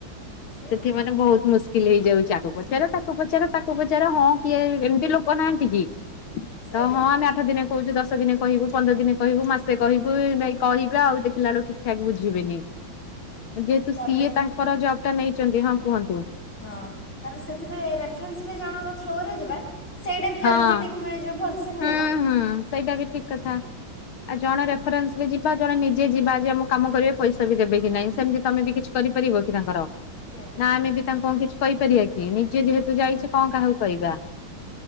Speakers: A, on the left; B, on the left.
A: ସେଇଆ
B: ସେଠି ମାନେ ବହୁତ ମୁସ୍କିଲ ହେଇଯାଉଛି ଆକୁ ପଚାର ତାକୁ ଆକୁ ପଚାର ତାକୁ ପଚାର ହଁ କିଏ ଏମିତି ଲୋକ ନାହାନ୍ତି, କି
A: ସେଇଆ
B: ତ ହଁ ଆମେ ଆଠ ଦିନେ କହୁଛୁ ଦଶ ଦିନେ କହିବୁ ପନ୍ଦର ଦିନେ କହିବୁ ମାସେ କହିବୁ ନାଇ କହିବା ଆଉ ଦେଖିଲା ବେଳୁ ଠିକ ଠାକ ବୁଝିବେନି। ଯେହେତୁ
A: ତାପରେ
B: ସିଏ ତାଙ୍କର ଜବ ଟା ନେଇଛନ୍ତି ହଁ କୁହନ୍ତୁ।
A: ହଁ ତାପରେ ସେଥିରେ ରେଫରେନ୍ସ ରେ ଜଣଙ୍କ ଥ୍ରୋ ରେ ଯିବା ସେଇଟା ବି
B: ହଁ
A: ଜଲଦି ଟିକ ମି ଯୋଉ ଭଲସେ ମିଳିବ,
B: ହୁଁ ହୁଁ
A: ଏୟା।
B: ସେଇଟା ବି ଠିକ କଥା। ଆଉ ଜଣେ ରେଫରେନ୍ସ ରେ ଯିବା ଜଣେ ନିଜେ ଯିବା ଯେ ଆମ କାମ କରିବା ପଇସା ବି ଦେବେ କି ନାହିଁ ସେମିତି ତମେ ବି କିଛି କରିପାରିବ କି ତାଙ୍କର।
A: ସେଇଆ।
B: ନା ଆମେ ବି ତାଙ୍କୁ କଣ କିଛି କହିପାରିବା କି ନିଜେ ଯେହେତୁ ଯାଇଛି କଣ କାହାକୁ କହିବା।